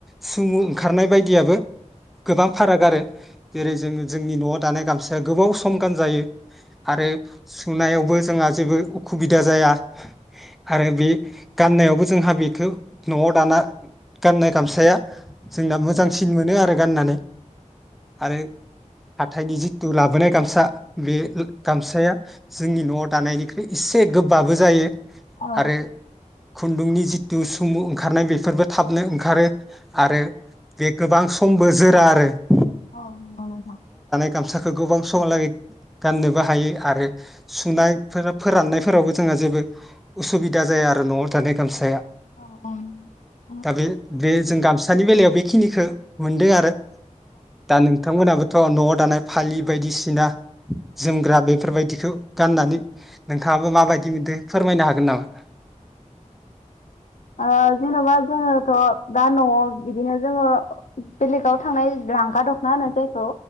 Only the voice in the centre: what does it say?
सुमु ओंखारनाय बायदियाबो गोबां फाराग आरो जेरै जों जोंनि न'आव दानाय गामस दा गोबाव सम गानजायो। आरोब सुनायाव बो जोंङा जेबो उखुबिदा जाया। आरो बि गाननायावबो जोंहा बेखौ न'आव दाना गाननाय गामसाया जोंना मोजांसिन मोनो आरो गाननानै आरो हाथाइनि जिथु लाबोनाय गाम सा बे ओ गामसाया जोंनि न'आव दानायनिख्रुइ एसे गोबाबो जायो।
आरो खुन्दुंनि जिथु सुमु ओंखारनाय बेफोरबो थाबनो ओंखारो आरो बे गोबांस खमबो जोरा आरो
गामसाखो गोबां समलागै गाननोबो हायो। आरो सुननाय फोर फोराननायफोरावबो जोंङो जेबो उसुबिदा जाया आरो न'आव दानाय गामसाया।
दा बे बे जों गामस सानि बेलायाव बेखिनिखो मोनदो आरो दा नोंथांमोनहाबोथ' न'ट दानाय फालि बायदिसिना जोमग्रा बेफोरबायदि बेखौ गाननानै नोंथाङाबो माबायदि बिदो फोरमायनो हागोन नामा?